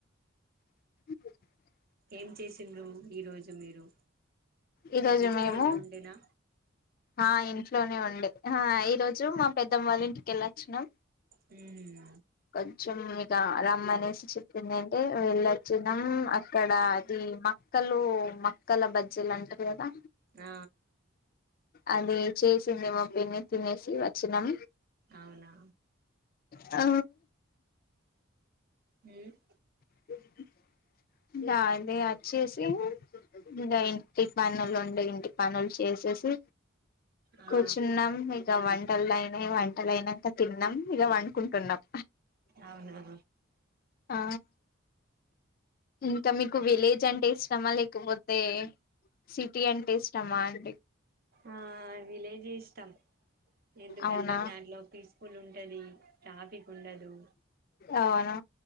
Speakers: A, on the left; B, on the right.
A: <inaudible>
B: ఏం చేసిండ్రు ఈరోజు మీరు
A: ఈ రోజు
B: ఇంట్లోనే
A: మేము
B: ఉండేనా
A: ఆ ఇట్ లోనే ఉండి ఆ ఈ రోజు మా పెద్దమ్మ వాళ్ళ ఇంటికెళ్ళ <unintelligible>
B: హ్మ్
A: కొంచెం ఇక రమ్మనేసి చెప్పింది అంటే వెళ్ళొచ్చినాం అక్కడ అది మక్కలు మక్కల బజ్జీలు అంటారు కదా
B: ఆ
A: అది <unintelligible> మా పిన్ని తినేసి వచ్చాం
B: అవునా
A: ఆ
B: హ్మ్
A: చె దందే వచ్చేసి ఇంకా ఇంటి పనులు ఉండే ఇంటి పనులు చేసేసి
B: ఆ
A: కూర్చున్నాం ఇక వంటలు అయినా వంటలు అయినాక తిన్నాం ఇగ పండుకుంటున్నాం
B: అవునా
A: ఆ ఇంకా మీకు విలేజ్ అంటే ఇష్టమా లేకపోతే సిటీ అంటే ఇష్టమా అండి
B: ఆ విలే జే ఇష్టం ఎందుకంటే
A: అవునా
B: దాంట్లో ఫ్రీ స్కూల్ ఉంటది ట్రాఫిక్ కుండదు
A: అవునా